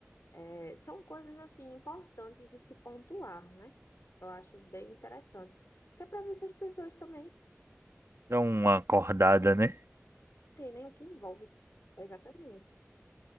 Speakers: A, on the left; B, on the right.
A: É, São coisas assim importantes de se pontuar, né? Eu acho bem interessante. Que é para ver se as pessoas também
B: é uma acordada, né?
A: entendem o que envolve. Exatamente,